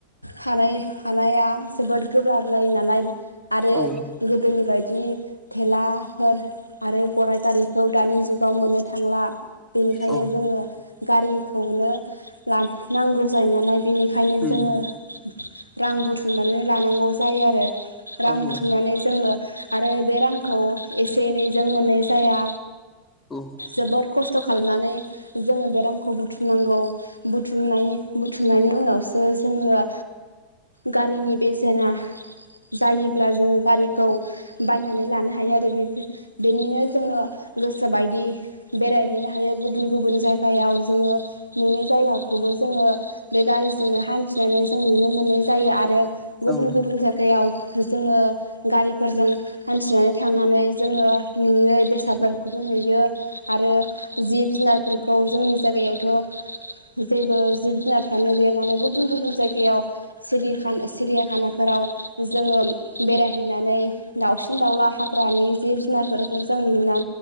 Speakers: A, on the left; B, on the left.
A: हानाय हानाया जोबोद गोब्राब जायो नालाय आरो
B: औ
A: गोदोनि बायदि थेलाफोर आरो गराइ गारिखौ दानि जुगाव मोननो थांला बेनिखायनो
B: औ
A: जोङो गारिखौनो नांगौ जायो नालाय बिनि ओंखायनो
B: उम
A: जोङो रां बुथुमनानै लानांगौ जायो आरो रां
B: औ औ
A: बुथुमनानै जोङो आरो बे रांखौ एसे एनैजों मोननाय जाया
B: औ
A: जोबोद खस्थ' खालामनानै जोङो बे रांखौ बुथुमनांगौ। बुथुमनाय बुथुमनायनि उनावसो जोङो गारिनि बेसेना जायोब्ला जोङो गारि खौ बायनानै लानो हायो आरो बेफोर बेनिनो जोङो गोसो बायदि बेरायहैनो हायो गुबुन गुबुन जायगायाव जोङो नुयिनि जायगाखौबो जोङो बे गारिजोंनो हान्थिनानै जों नुनो मोननाय जायो आरो गुबुन
B: औ
A: गुबुन जागायाव जोङो गारिफोरजों हान्थिनानै थांनानै जोङो नुयै बेसादफोरखौबो नुयो आरो जिब जुनारफोरखौ जोंनि जागायावथ' जेबो जिब जुनार थानो गैया नालाय गुबुन गुबुन जायगायाव सिरिखान सिरियाखानाफोराव जोङो बेरायहैनानै दाउसिन दाउला हाग्रानि जिब जुनारफोर खौ जों नुना